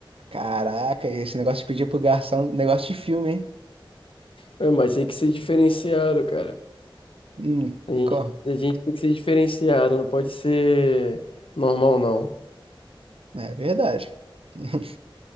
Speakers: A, on the right (about 85°); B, on the left (about 75°).
A: Caraca, esse negócio de pedir pro garçom, negócio de filme, hein?
B: É, mas tem que ser diferenciado, cara.
A: Hum,
B: A gente,
A: como?
B: a gente tem que ser diferenciado, não pode ser normal, não.
A: É verdade. <laughs>